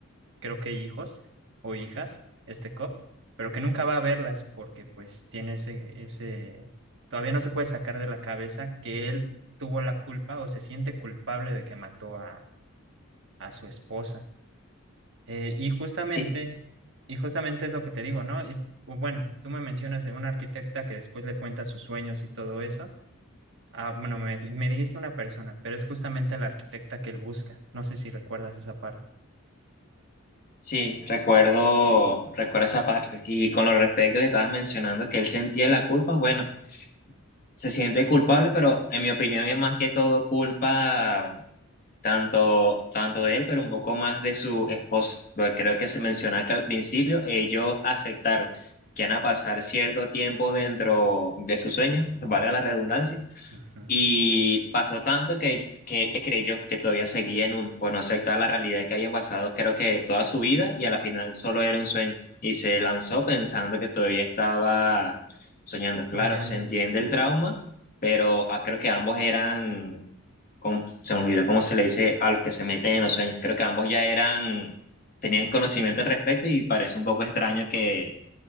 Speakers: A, on the right; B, on the left.
A: creo que hijos o hijas, este cop, pero que nunca va a verlas porque pues tiene ese, ese, todavía no se puede sacar de la cabeza que él tuvo la culpa o se siente culpable de que mató a, a su esposa. Eh, y justamente,
B: Sí,
A: y justamente es lo que te digo, ¿no? Es- o bueno, tú me mencionas de una arquitecta que después le cuenta sus sueños y todo eso. Ah, bueno, me, me dijiste una persona, pero es justamente la arquitecta que él busca. No sé si recuerdas esa parte.
B: sí, recuerdo, recuerdo esa parte. Y con lo respecto que estabas mencionando que él sentía la culpa, bueno, se siente culpable, pero en mi opinión es más que todo culpa tanto, tanto de él, pero un poco más de su esposa. Porque creo que se menciona que al principio ellos aceptaron que van a pasar cierto tiempo dentro de su sueño valga la redundancia,
A: Ujú.
B: y pasó tanto que, que ella creyó que todavía seguía en uno, pues no aceptaba la realidad que había pasado, creo que toda su vida, y a la final solo era un sueño. Y se lanzó pensando que todavía estaba soñando. Claro,
A: Soñando.
B: se entiende el trauma, pero ah, creo que ambos eran, com- se me olvidó cómo se le dice a los que se meten en los sueños. Creo que ambos ya eran, tenían conocimiento al respecto y parece un poco extraño que,